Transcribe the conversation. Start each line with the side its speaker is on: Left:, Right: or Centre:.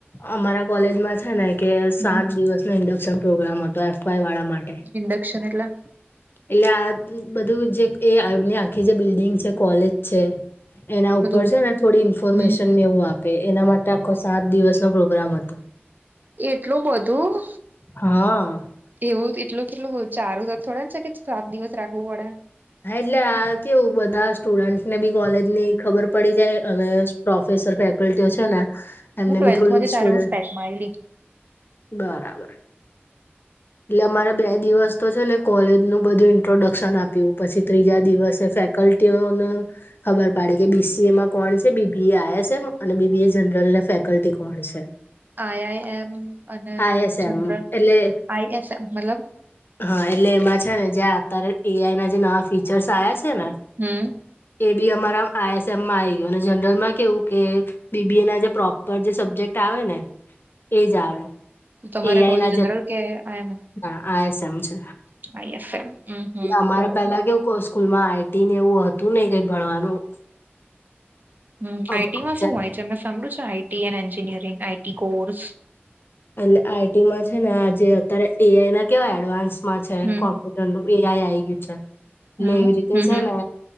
Left: અમારા કોલેજમાં છે ને કે
Right: હમ
Left: સાત દિવસ નો ઇન્ડક્શન પ્રોગ્રામ હતો એફ વાય વાળા માટે.
Right: ઇન્ડક્શન એટલા.
Left: એટલે આ બધું જે એ એમની આખી જે બિલ્ડિંગ છે કોલેજ છે. એના ઉપર
Right: બધું
Left: છે ને થોડી ઇન્ફોર્મેશન
Right: હમ
Left: નેવું આપે એના માટે આ ક. સાત દિવસનોો પ્રોગ્રામ હતો.
Right: એટલું બધું.
Left: હા.
Right: એવું એટલું કેટલું ચારું સા થડે ને છે કે સાત દિવસ રાખવું પડે.
Left: હા એટલે આ કેવું બધા સ્ટુડન્ટને બી કોલેજની ખબર પડી જાય અને પ્રોફેસર ફે.
Right: હમ
Left: છે ને એમને
Right: હું ટ્વેલ્થમાં
Left: બી થોડી
Right: ત્યારે
Left: સડ
Right: હું સ્પેકમાં આવેલી
Left: બરાબર. એટલે અમારે બે દિવસ તો છે ને કોલેજ નું બધું ઇન્ટ્રોડક્શન આપ્યું પછી ત્રીજા દિવસે. કલ્ટ. ખબર પડી કે બીસીએમાં કોણ છે બીબીએ આઈએસમ અને બીબી એ જનરલને ફેકલ્ટી કોણ છે.
Right: આઈ આઈ એમ અને
Left: આઈએસએમ
Right: જનરલ
Left: એટલે
Right: આઈ એસ એમ મતલબ.
Left: હા એટલે એમાં છે ને જે અત્યારે એ આઈ ના જે નવા ફીચર્સ આવ્યા છે ને.
Right: હમ.
Left: એ બી અમારા આઈ એસ એમમાં આવી ગયું અને જનરલ માં કેવું કે. બીબી એ ના જે પ્રોપર જે સબ્જેક્ટ આવે ને એજ આવે.
Right: તમારે
Left: એઆઈ
Right: કહું છે
Left: ના
Right: જનરલ
Left: જે
Right: કે આમ.
Left: ના આઈએસએમ છે
Right: હ એસ એમ હ
Left: એટલે અમારે
Right: બરોબ.
Left: પેલા કેવ સ્કૂલમાં આઈટી ને એવું હતું નહ કઈ ભણવાનું.
Right: હ આઈટી
Left: અમારે
Right: માં શું
Left: જ્યાં
Right: હોય છે અમે સાભળુ છ IT and engineering IT course.
Left: એટલે આઈટીમાં છે ને આજે અત્યારે એઆઈ ના કેવાય એડવાન્સ. માં છે
Right: હમ
Left: કોમ્પ્યુટર નું એ આઈ આઈ ગયું છે એટલે
Right: હમ
Left: એવી રીતે
Right: હમ
Left: છે
Right: હમ
Left: ને.